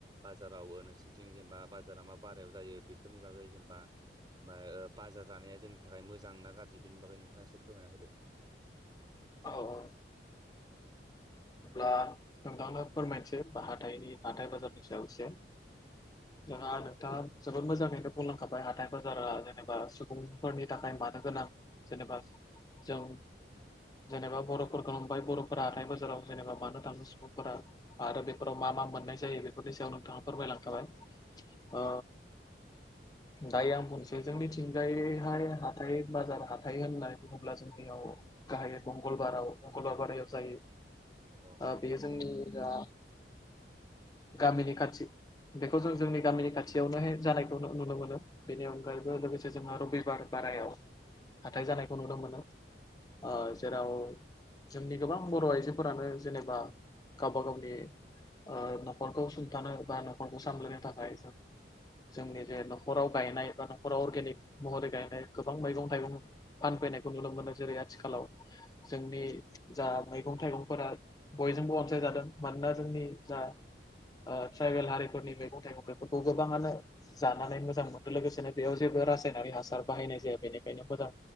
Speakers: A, on the right; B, on the left.
A: बाजाराव ओ नोंसिनिथिं जेनेबा बाजारा मा बारायाव जायो बेफोरनि बागै जेनेबा? मा ओ बाजार जानाया जोंनि थाखाय मोजां ना गाज्रि बेनि बागै नोंथाङा एसे फोरमायना होदो।
B: औ
A: उम
B: अब्ला नोंथांनो फोरमायनोसै बा हाथथायनि हाथाय बाजारनि सायाव एसे।
A: <inaudible>
B: जोंहा नोंथाङा जोबोद मोजाङैनो बुंलांखाबाय हाथाय बाजारा जेनेबा सुबुंफोरनि थाखाय मानो गोनां। जेनेबा जों जेनेबा बर'फोरखौ नंबाय बर'फोरा हाथाय बाजाराव जेनेबा मानो थाङो सुबुंफोरा? आरो बेफोराव मा मा मोननाय जायो बेफोरनि सायाव नोंथाङा फोरमायलांखाबाय।
A: औ
B: ओ दायो आं बुंनोसै जोंनिथिंजायहाय हाथाइ बाजार हाथाइ होननानै बुङोब्ला जों बेयाव गाहायै मंगलबाराव मंगलबार बारायाव जायो।
A: औ
B: ओ बेयो जोंनि ओ गामिनि खाथि बेखौ जों जोंनि गामिनि खाथियावनोहाय जानायखौ नुनो मोनो। बेनि अनगायैबो लोगोसे जोंहा रबिबार बारायाव। हाथाय जानायखौ
A: औ
B: नुनो मोनो ओ
A: औ
B: जेराव जोंनि गोबां बर' आइजो फोरानो जेनेबा गावबा गावनि ओ न'खरखौ सुंथानो बा न'खरखौ सामलायनो थाखाय जों जोंनि जे न'खराव गायनाय बा न'खराव अर्गेनिक महरै गायनाय गोबां मैगं थाइगं फानफैनायखौ नुनो मोनो जेरै आथिखालाव जोंनि जा मैगं थाइगं फोरा बयजोंबो अनसायजादों मानोना जोंनि जा ओ ट्राइबेल हारिफोरनि मैगं थाइगं बेफोरखौ गोबाङानो जानानै मोजां मोनो लोगोसेनो बेयाव जेबो रासायनारि हासार बाहायनाय जाया बेनिखायनो मोजां